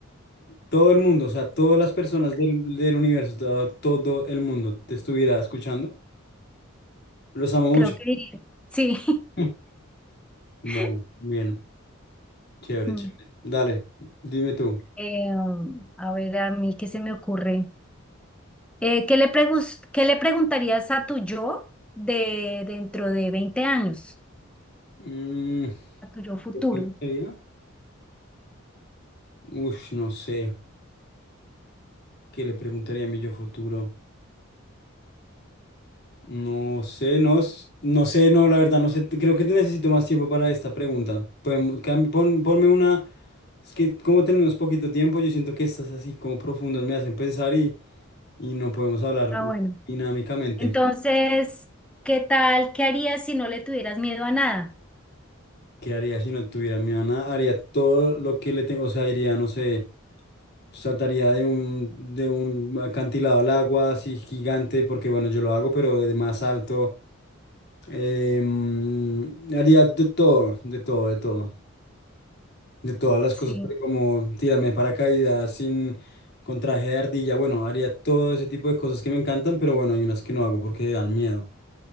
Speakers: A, on the left; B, in the centre.
A: Todo el mundo, o sea, todas las personas del, del universo, todo, todo el mundo te estuviera escuchando. Los amo mucho.
B: creo que diría. Sí.
A: <laughs> Bueno,
B: <laughs>
A: bien, chévere,
B: Mm.
A: chévere. Dale, dime tú.
B: Eh, a ver, a mí qué se me ocurre. Eh, ¿qué le pregus- qué le preguntarías a tu yo de dentro de 20 años?
A: Mm,
B: a tu yo futuro.
A: ¿qué preguntaría? Uf, no sé. ¿Qué le preguntaría a mi yo futuro? No sé, no, s- no sé, no, la verdad, no sé. te- Creo que te necesito más tiempo para esta pregunta. Podemos, cam- pon- ponme una. Es que como tenemos poquito tiempo, yo siento que estas así como profundas me hacen pensar y, y no podemos hablar
B: Ah, bueno.
A: dinámicamente.
B: Entonces, ¿qué tal? ¿Qué harías si no le tuvieras miedo a nada?
A: ¿Qué haría si no tuviera mi nada? Haría todo lo que le tengo, o sea, iría, no sé, saltaría de un, de un acantilado al agua así gigante, porque bueno, yo lo hago, pero de más alto. Em, haría de todo, de todo, de todo. de todas las
B: Sí,
A: cosas, pero como tirarme de paracaídas sin con traje de ardilla, bueno, haría todo ese tipo de cosas que me encantan, pero bueno, hay unas que no hago porque dan miedo.